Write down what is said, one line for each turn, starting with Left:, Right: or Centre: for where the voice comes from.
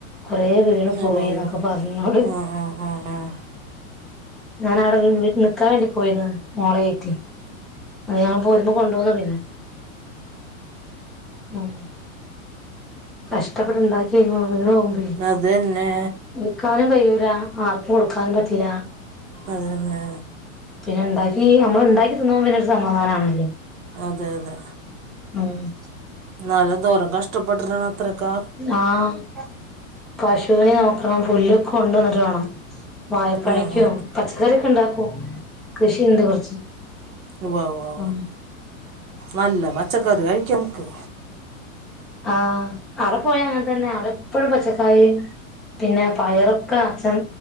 Centre: കൊറേ വീണ്
Right: ഉവ്വ
Centre: പോയിന്നൊക്കെ
Right: ഉവ്വ
Centre: പറഞ്ഞ് ന്നോട്
Right: ഉം ഉം
Centre: ഞാൻ അവിടെ നിക്കാൻ വേണ്ടി പോയിന്ന് മോളായിട്ട് അത് ഞാൻ പോരുമ്പം കൊണ്ടോന്ന് പിന്നെ ഉം കഷ്ടപ്പെട്ട്ണ്ടാക്കിയ്ഞാ വീണോവു
Right: അ തന്നെ
Centre: ക്കാനും കഴിയൂല ആർക്കും കൊടുക്കാനും പറ്റില്ല
Right: അതന്നെ
Centre: പിന്നെ ണ്ടാക്കി നമ്മൾ ണ്ടാക്കി തിന്നു മ് പിന്നെ ഒരു സമാധാനാണല്ലോ
Right: അതെ അതെ
Centre: ആഹ്
Right: ഇന്നാലുംന്തോരം കഷ്ടപ്പെട്ടിട്ടാണ് അത്രൊക്കെ
Centre: ആഹ് പശുവിനെ നോക്കണം പുല്ലൊക്കെ കൊണ്ട് വന്നിട്ട് വേണം വായപ്പണിക്കും
Right: ഉം ഉം
Centre: പച്ചക്കറി ക്കെ ണ്ടാക്കും കൃഷിണ്ട് കുറച്ച്
Right: ഉവ്വാവ്വോ
Centre: ഉം
Right: നല്ല പച്ചക്കറി കഴിക്ക നമുക്ക്
Centre: ആഹ് അവിടെ പോയ അങ്ങനെ തന്നെ അവിടെ എപ്പഴും പച്ചക്കായും പിന്നെ പയറ് ക്കെ അച്ഛൻ